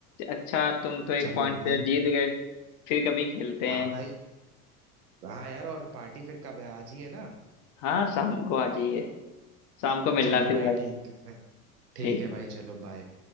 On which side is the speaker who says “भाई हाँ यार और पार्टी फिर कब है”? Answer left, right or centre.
Right